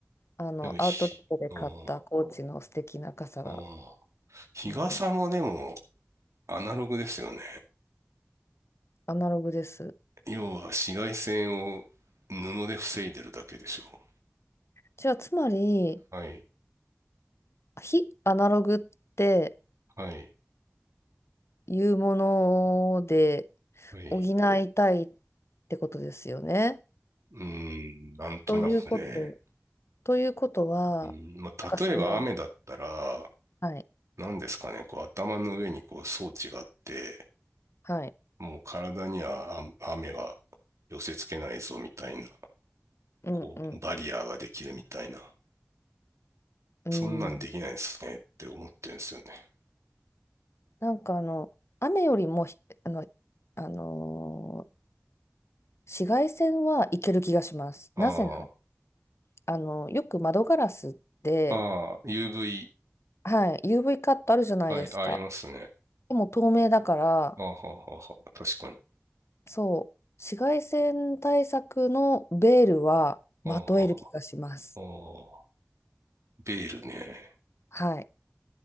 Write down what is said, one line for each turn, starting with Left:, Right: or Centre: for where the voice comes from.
Left: あの、
Right: でも、ひ、
Left: アウトレットで買ったコーチの素敵な傘が、
Right: うん、うん日傘もでも、
Left: あの
Right: アナログですよね。
Left: アナログです。
Right: 要は紫外線を布で防いでるだけでしょ
Left: じゃあ、つまり、
Right: う。はい、
Left: 非アナログって
Right: はい、
Left: いうもので
Right: はい。
Left: 補いたいってことですよね。
Right: うーん、なんとなくね。
Left: ということ、ということは、
Right: うん、まあ、
Left: なんかその、
Right: 例えば雨だったら、
Left: はい、
Right: 何ですかね、こう頭の上にこう装置があって、
Left: はい、
Right: もう体にはあ雨は寄せ付けないぞみたいな、
Left: うんうん。
Right: こうバリアーができるみたいな、
Left: うん
Right: そんなんできないですねって思ってるんですよね。
Left: なんかあの、雨よりもひ、あの、あのー紫外線はいける気がします。なぜなら、
Right: あ
Left: あの、よく窓ガラスって、
Right: あ、ああ、UV、
Left: はい、UV カットあるじゃないですか。
Right: はい、ありますね。
Left: でも透明だから、
Right: ああ、はあはあはあ確かに。
Left: そう、紫外線対策のベールはまとえる気がします。
Right: ああ、はあはあああベールね。
Left: はい。